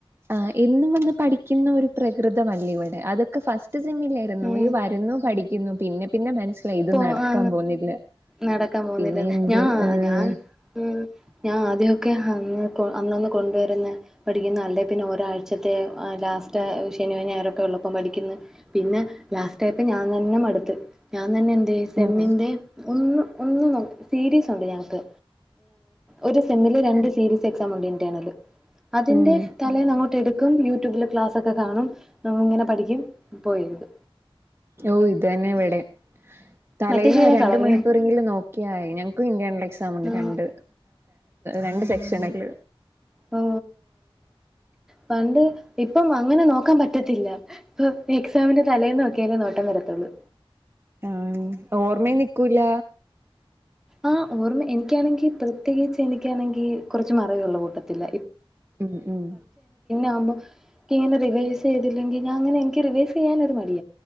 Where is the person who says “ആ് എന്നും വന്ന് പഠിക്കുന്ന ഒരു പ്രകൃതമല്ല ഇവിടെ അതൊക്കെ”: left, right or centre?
Right